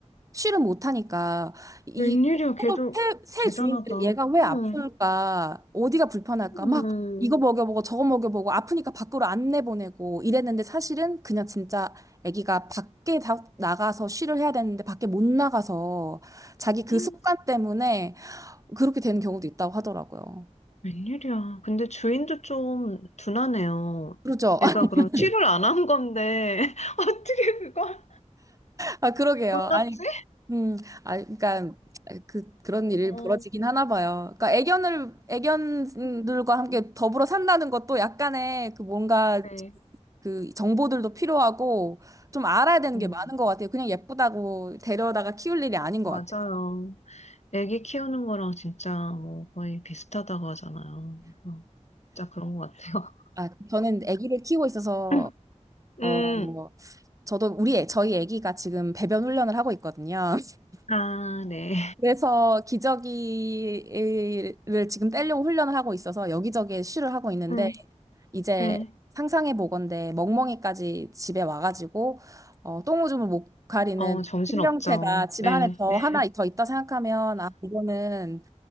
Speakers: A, on the right (about 25°); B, on the left (about 65°).
A: 쉬를 못 하니까 이
B: 웬일이야, 걔도
A: 새,
B: 대단하다.
A: 새 주인들이 얘가 왜
B: 응,
A: 아플까 어디가 불편할까
B: 응,
A: 막 이거 먹여보고 저거 먹여보고 아프니까 밖으로 안 내보내고 이랬는데 사실은 그냥 진짜 아기가 밖에 다- 나가서 쉬를 해야 되는데 밖에 못 나가서 자기 그
B: 응,
A: 습관 때문에 그렇게 되는 경우도 있다고 하더라고요.
B: 웬일이야. 근데 주인도 좀 둔하네요.
A: 그러죠?
B: 애가 그럼
A: <laughs>
B: 치료를 안 한 건데, <laughs> 어떻게 그걸
A: 아, 그러게요.
B: 몰랐지?
A: 아니, 음, 아, 그러니까 그 그런 일이
B: 어,
A: 벌어지긴 하나 봐요. 그러니까 애견을 애견들과
B: 음,
A: 함께 더불어 산다는 것도 약간의 그 뭔가
B: 네,
A: 그 정보들도 필요하고 좀 알아야 되는
B: 음,
A: 게 많은 것 같아요. 그냥 예쁘다고 데려다가 키울 일이 아닌
B: 맞아요.
A: 것 같아요.
B: 애기 키우는 거랑 진짜 뭐 거의 비슷하다고 하잖아요. 그래서 진짜 그런 것 같아요.
A: 아, 저는 아기를 키우고 있어서
B: <laughs>
A: 어,
B: 음,
A: 저도 우리 애, 저희 아기가 지금 배변 훈련을 하고 있거든요. <laughs>
B: 아, 네.
A: 그래서 기저귀를 지금 떼려고 훈련을 하고 있어서 여기저기에 쉬를 하고 있는데
B: 음.
A: 이제
B: 네.
A: 상상해 보건대 멍멍이까지 집에 와가지고 어, 똥오줌을 못 가리는
B: 어, 정신
A: 생명체가
B: 없죠.
A: 집에
B: 네,
A: 안에 더
B: 네.
A: 하나 더 있다 생각하면 아 이거는